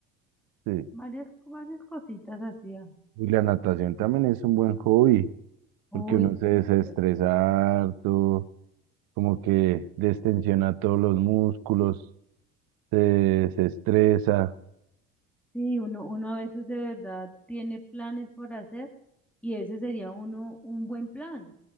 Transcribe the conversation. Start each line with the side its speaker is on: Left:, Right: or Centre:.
Right: Sí.
Centre: varias, varias cositas hacía.
Right: Y la natación también es un buen hobby,
Centre: Uy,
Right: porque uno
Centre: sí,
Right: se desestresa
Centre: súper chévere.
Right: harto, como que destensiona todos los músculos, se desestresa,
Centre: Sí, uno, uno a veces de verdad tiene planes por hacer y ese sería uno un buen plan.